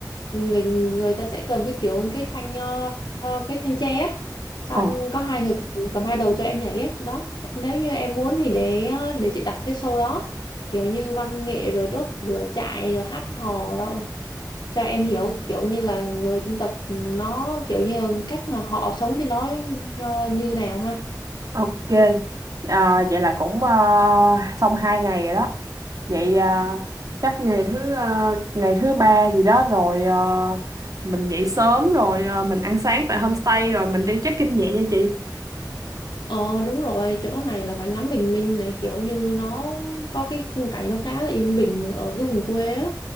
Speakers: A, on the left (about 85°); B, on the right (about 55°).
A: người, người ta sẽ cầm cái kiểu cái thanh ờ, ờ, cái thanh tre á xong
B: Ờ,
A: có hai người cầm, cầm hai đầu cho em nhảy á đó nếu như em muốn thì để ờ, để chị đặt cái show đó kiểu như văn nghệ rồi đốt lửa trại rồi hát hò đó cho em hiểu kiểu như là người dân tộc nó kiểu như cách mà họ sống trên đó ờ, như nào ha
B: ok. À, vậy là cũng à, xong hai ngày rồi đó. Vậy à, chắc ngày thứ à, ngày thứ ba gì đó rồi à, mình dậy sớm rồi à, mình ăn sáng tại homestay rồi mình đi check-in nhẹ nha chị.
A: Ờ đúng rồi, chỗ này là phải ngắm bình minh này kiểu như nó có cái khung cảnh nó khá là yên bình ở cái vùng quê á.